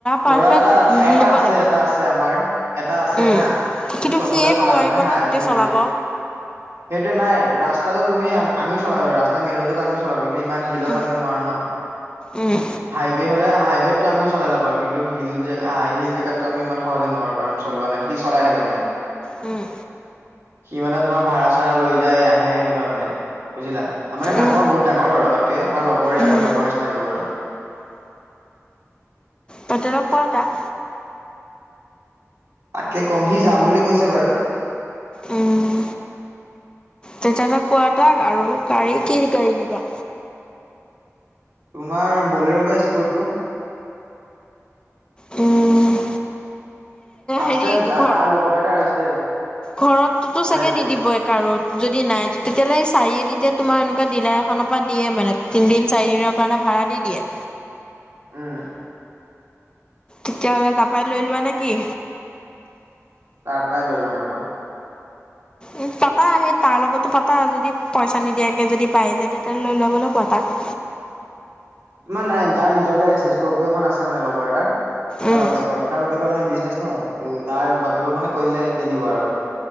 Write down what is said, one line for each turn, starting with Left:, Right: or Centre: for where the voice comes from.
Left: পাৰফেক্ট
Right: ল'ৰা এটা এটা
Left: ল'ব
Right: আছে
Left: লাগিব
Right: এটা আছে আমাৰ এটা আছে
Left: উম।
Right: হা
Left: কিন্তু
Right: সি চবতে
Left: সিয়ে
Right: চলাই
Left: নোৱাৰিব
Right: মানে
Left: নহয়
Right: হাই
Left: গোটেই
Right: হিল
Left: চলাব
Right: জ সেইটো নাই ৰাস্তা তাতো তুমি আমও চলাবা ৰাস্ত মেইন ৰোড আ চলাব। ইমান শিলত
Left: উম
Right: আমি নোৱাৰো ন।
Left: উম
Right: হাইৱে হলে হাইৱেতটো আমি চাই লব পাৰো কিন্ত হিল হিল জেগাততটো আমি ইমান সহজে নোৱাৰো কাৰণ চলোৱা নাই সি চলাই থাকে মানে।
Left: উম।
Right: সি মানে তোমাৰ ভাড়া চাড়া লৈ যাই আহে এনেকুৱা মানে বুজিলা।
Left: উম
Right: ডাঙৰ বাৰু, ডাঙৰ বাৰু আমাত কে তাকে আমাৰ লগৰৰে
Left: উম
Right: আৰু লগৰ নিচিনাকে বাৰু
Left: পেটেলক পোৱা তাক
Right: তাকে কম সি যাম বুলি কৈছে বাৰু-
Left: উম তেতিয়াহলে কোৱা তাক আৰু গাড়ী কি গাড়ী দিবা?
Right: তোমাৰ বলেৰ' বা স্কপিঅ
Left: উম!
Right: আছে
Left: হেৰি
Right: তাৰ
Left: ঘ
Right: লগৰ এটাৰ আছে
Left: ঘৰততো
Right: মানে
Left: চাগে
Right: দুখন
Left: নিদিব এক যদি নাই তেতিয়াললে চাৰিআলিত এতিয়া তোমাৰ এনেকুৱা ডিলাৰ এখনৰ পৰা দিয়ে মানে তিনিদিন চাৰিদিনৰ কাৰণে ভাড়া দি দিয়ে।
Right: উম!
Left: তেতিয়াাহ'লে তাৰাপাই লৈ লোৱা নে কি
Right: তাৰ পৰাই লৈ ল'ম ৰবা
Left: উ পাতা সেই তাৰ লগতো পাতা যদি পইচা নিদিয়াকে যদি পাই যায় তেতিয়াাহলে লৈ লোৱা গলে কোৱা তাক
Right: মমান নাই তাৰ নিজৰ গাড়ী আছেি এখন আছে মানে লগৰ এটাৰ তাৰ
Left: উম
Right: বাপেকৰ তাৰ বাপেকৰ মানে বিজনেচ ন ত তাৰ বাপেকৰ মানে কৰিলে দি দিব আৰু